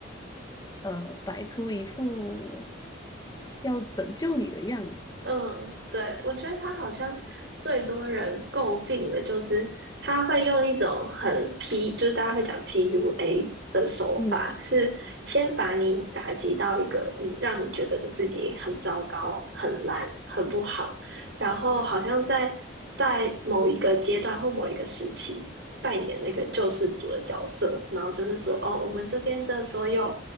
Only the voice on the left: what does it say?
呃，摆出一副要拯救你的样子。
嗯